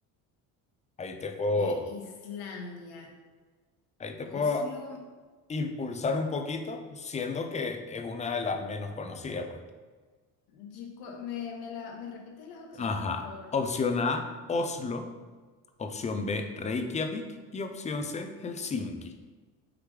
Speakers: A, on the left; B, on the left.
A: Ahí te puedo,
B: De Islandia.
A: ahí te puedo
B: Oslo.
A: impulsar un poquito, siendo que es una de las menos conocidas. porque-
B: Chico- ¿Me, me la- me repites las opciones,
A: Ajá.
B: por favor?
A: Opción A, Oslo. Opción B, Reykjavik. Y opción C, Helsinki.